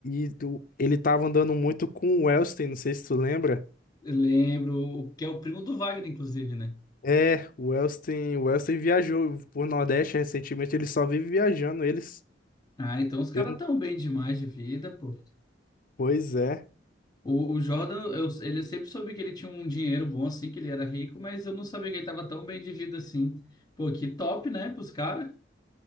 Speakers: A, on the left; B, on the left.
A: e do- ele tava andando muito com o Wellston, não sei se tu lembra.
B: Eu lembro, o que é o primo do Wagner, inclusive, né?
A: É, o Wellston, o Wellston viajou por Nordeste recentemente, ele só vive viajando, eles.
B: Ah, então os caras
A: Eu, não-
B: tão bem demais de vida, pô.
A: pois é,
B: O, o Jordan, eu, ele eu sempre soube que ele tinha um dinheiro bom assim, que ele era rico, mas eu não sabia que ele tava tão bem de vida assim. Pô, que top, né, pros caras?